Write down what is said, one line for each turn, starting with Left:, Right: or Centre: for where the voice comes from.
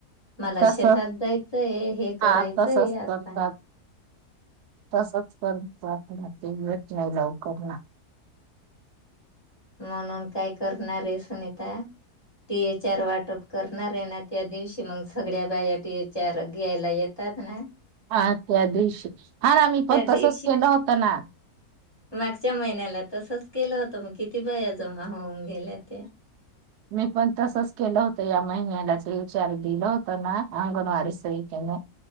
Left: मला
Right: तसच
Left: शेतात जायचंय हे
Right: हा
Left: करायचंय
Right: तसच
Left: अस
Right: करतात
Left: सांग
Right: तसच करत राहतात येत नाही लवकरण
Left: म्हणून काय करणारे सुनीता, टी ए चार वाट. प करणार आहे ना त्या दिवशी मग. सगळ्या बायाटी चार घ्यायला येतात ना.
Right: हा त्या दिवशी, हा ना मी पण
Left: त्या
Right: तसच
Left: दिवशी
Right: केलं होतं ना.
Left: मागच्या महिन्याला तसच केलं होतं मग किती बाया जमा होऊन गेल्या त्या.
Right: मी पण तसंच केलं होतं या महिन्यालाच विचार दिला होत ना अंगणवाारी सही केण.